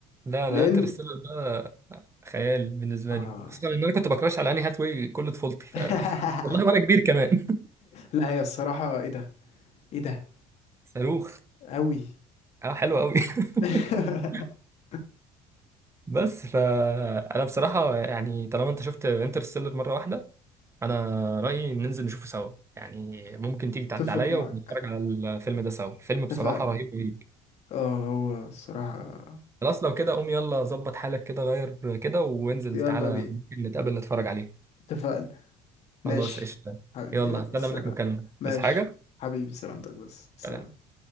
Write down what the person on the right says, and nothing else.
لا انا
انترستيلر ده خيال بالنسبه
لي خصوصا ان انا كنت بكراش على اني هاتواي كل طفولتي ف
<laughs> والله وانا كبير كمان
<laughs> صاروخ
اه حلو قوي <laughs>
بس فانا بصراحه يعني طالما انت شفت انترستيلر مره واحده انا رايي ننزل نشوفه سوا يعني ممكن تيجي تعدي
عليا
ونتفرج على الفيلم ده سوا الفيلم
بصراحه رهيب رهيب
خلاص لو كده قوم يلا ظبط حالك كده غير كده وانزل
تعالى
ممكن نتقابل نتفرج عليه
خلاص قشطه
يلا
هستنى
منك مكالمه
بس حاجه
سلام.